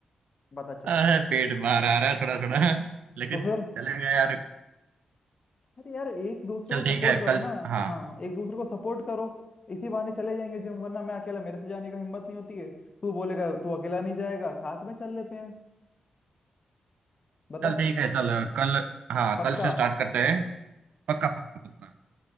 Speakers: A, on the left; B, on the right.
A: बता चल
B: अरे पेट बाहर आ रहा है थोड़ा थोड़ा लेकिन
A: तो फिर
B: चलेगा यार
A: अरे यार एक दूसरे
B: चल
A: को सपोर्ट
B: ठीक है
A: करो
B: कल
A: ना
B: हाँ
A: हाँ एक दूसरे को सपोर्ट करो इसी बहाने चले जाएंगे जिम वरना मैं अकेला मेरे से जाने का हिम्मत नहीं होती है तू बोलेगा तू अकेला नहीं जाएगा साथ में चल लेते हैं बता
B: चल ठीक है चल कल हाँ
A: पक्का
B: कल से स्टार्ट करते हैं पक्का पक्का पक्का